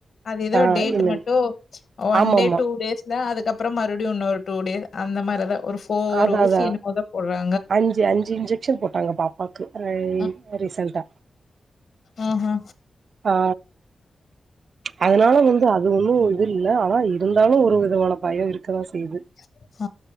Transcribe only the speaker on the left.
அது ஏதோ
டேட்
மட்டும் ஒன்
டே
டூ டேஸ்ல அதுக்கப்றோ மறுபடியும் இன்னொரு டூ டே அந்த மாரிதா ஒரு ஃபோர்
ஊசி
என்னமோ தா போடுறா
அ
ஆஹா
<unintelligible>